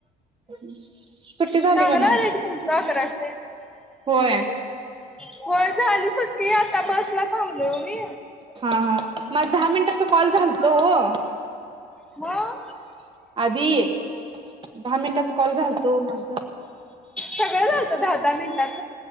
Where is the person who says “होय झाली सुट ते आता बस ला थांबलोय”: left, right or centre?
Centre